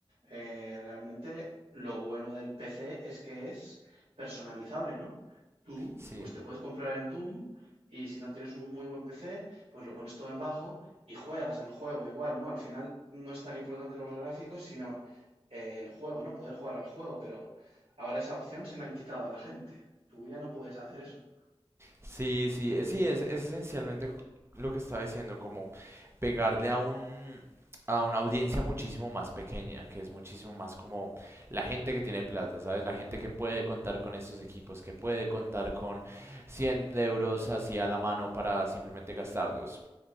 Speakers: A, on the right; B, on the right.
A: eh, realmente lo bueno del PC es que es personalizable, ¿no? Tú,
B: Sí,
A: pues te puedes comprar el Doom y si no tienes un muy buen PC, pues lo pones todo en bajo y juegas al juego igual, ¿no? Al final no es tan importante los gráficos, sino eh, el juego, ¿no? Poder jugar al juego, pero ahora esa opción se la han quitado a la gente. Tú ya no puedes hacer eso.
B: Sí, sí, eh, sí, es, es esencialmente co- lo que estaba diciendo, como pegarle a un a una audiencia muchísimo más pequeña, que es muchísimo más como la gente que tiene plata, ¿sabes? La gente que puede contar con estos equipos, que puede contar con 100 euros así a la mano para simplemente gastarlos.